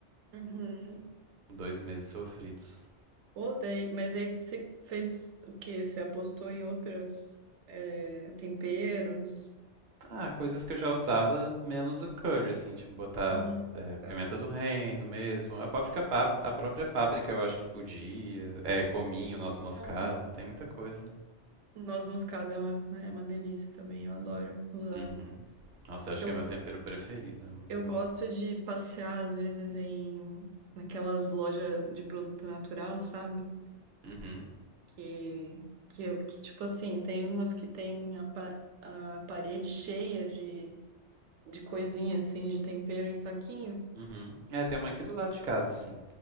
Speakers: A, on the right; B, on the right.
A: Uhum.
B: E dois meses sofridos.
A: Odeio. Mas aí você fez o quê? Você apostou em outros temperos?
B: Ah, coisas que eu já usava menos o curry, assim, tipo botar
A: Hum,
B: é,
A: tá.
B: pimenta do reino mesmo. A própria, páp- a própria páprica eu acho que podia. É, cominho, noz moscada,
A: Ah,
B: tem muita coisa.
A: noz moscada é uma, é uma delícia também. Eu adoro usar.
B: Uhum. Nossa, eu acho
A: Eu
B: que é meu tempero preferido, é muito
A: Eu
B: bom.
A: gosto de passear, às vezes, em naquelas lojas de produto natural, sabe?
B: Uhum.
A: Que, que, eu- que, tipo assim, tem umas que tem a, pa- a parede cheia de, de coisinha, assim, de tempero em saquinho.
B: Uhum. É, tem uma aqui do lado de casa, assim.